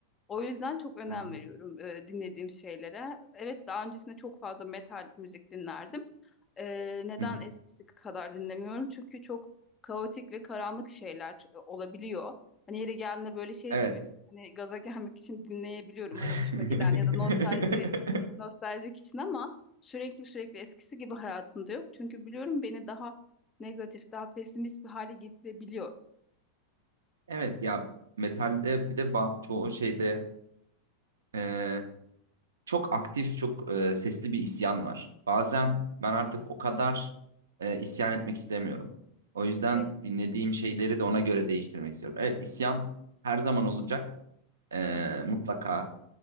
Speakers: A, on the left; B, on the right.
A: O yüzden çok önem
B: Hı hı.
A: veriyorum e, dinlediğim şeylere. Evet daha öncesinde çok fazla metal müzik dinlerdim. Ee, neden
B: Hı hı.
A: eskisi kadar dinlemiyorum? Çünkü çok kaotik ve karanlık şeyler e, olabiliyor. Hani yeri geldiğinde böyle şey
B: Evet.
A: gibi. Hani gaza gelmek için dinleyebiliyorum.
B: <laughs>
A: Hani hoşuma giden ya da nostalji nostaljik için ama sürekli sürekli eskisi gibi hayatımda yok. Çünkü biliyorum beni daha negatif, daha pesimist bir hale getirebiliyor.
B: Evet ya metalde bir de ba- çoğu şeyde e, çok aktif, çok e, sesli bir isyan var. Bazen
A: Hı hı.
B: ben artık o kadar e, isyan etmek istemiyorum. O yüzden
A: Evet.
B: dinlediğim şeyleri de ona göre değiştirmek istiyorum. Evet, isyan her zaman olacak. E,
A: Evet.
B: mutlaka